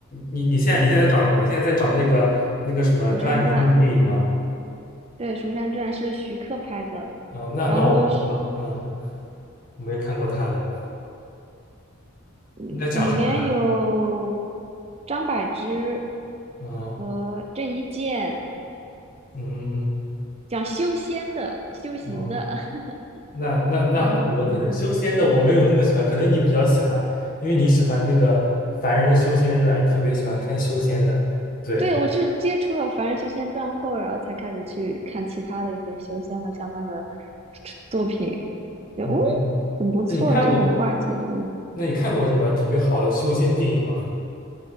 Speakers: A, on the left; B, on the right.
A: 你你现在你现在在找什么？你现在在找那个那个什么？
B: 《蜀山传》，
A: 刚才你说的电影吗？
B: 对，《蜀山传》是徐克拍的，
A: 哦，那那我不知道，
B: 然后是
A: 嗯，我没看过他的，
B: 嗯里面有
A: 你在讲什么呢？
B: 张柏芝
A: 哦，
B: 和郑伊健，
A: 嗯，
B: 讲修仙的、修行的，
A: 哦，
B: <laughs>
A: 那那那那我可能修仙的我没有那么喜欢，
B: 然后，嗯嗯。
A: 可能你比较喜欢，因为你喜欢那个凡人修仙传，你特别喜欢看修仙的，对，
B: 对，我是接触了《凡人修仙传》后，然后才开始去看其他的一些修仙的相关的作品，就哦，
A: 嗯，
B: 很不错。
A: 那你看过
B: 这种话题真
A: 那你看过什么特别好的修仙电影吗？